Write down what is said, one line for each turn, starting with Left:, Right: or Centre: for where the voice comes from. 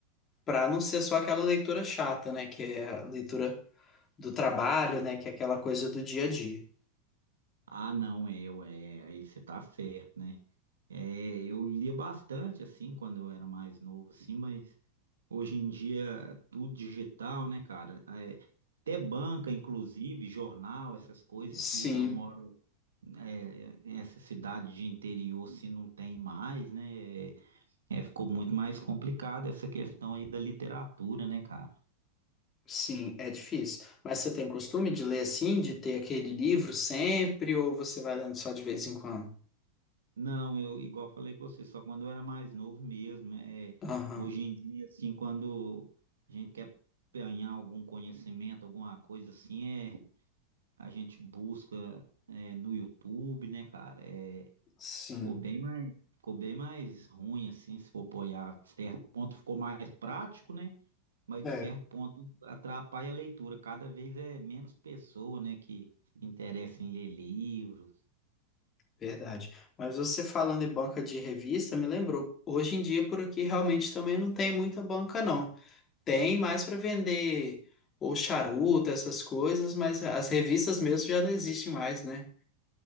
Left: para não ser só aquela leitura chata, né? Que é a leitura do trabalho, né? Que é aquela coisa do dia a dia.
Right: Ah, não, eu, é, aí você tá certo, né? É, eu lia bastante, assim, quando eu era mais novo, assim, mas hoje em dia tudo digital, né, cara? É, até banca, inclusive, jornal, essas coisas
Left: Sim,
Right: aqui, eu moro é, nessa cidade de interior, se não tem mais, né? É, é, ficou muito mais complicado essa questão aí da literatura, né, cara?
Left: sim, é difícil. Mas você tem costume de ler assim, de ter aquele livro sempre, ou você vai lendo só de vez em quando?
Right: Não, eu igual falei com você, só quando eu era mais novo mesmo. É,
Left: Aham,
Right: hoje em dia, assim, quando a gente quer ganhar algum conhecimento, alguma coisa assim, é, a gente busca é, no YouTube, né, cara? É,
Left: sim.
Right: ficou bem mais, ficou bem mais ruim, assim, se for apoiar. De certo ponto ficou mais prático, né? Mas
Left: É
Right: de certo ponto atrapalha a leitura. Cada vez é menos pessoa, né, que se interessa em ler livros.
Left: Verdade. Mas você falando em banca de revista, me lembrou. Hoje em dia, por aqui, realmente também não tem muita banca, não. Tem mais para vender ou charuto, essas coisas, mas as revistas mesmo já não existem mais, né?